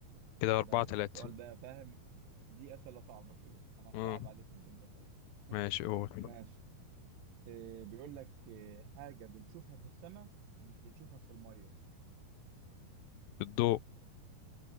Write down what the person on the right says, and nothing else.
لا
بس
السؤال ده فاهم دي أسئلة صعبة كده أنا صعب
عليك الدنيا طيب <laughs>
ماشي إيه بيقول لك إيه حاجة بنشوفها في السماء ومش بنشوفها في المية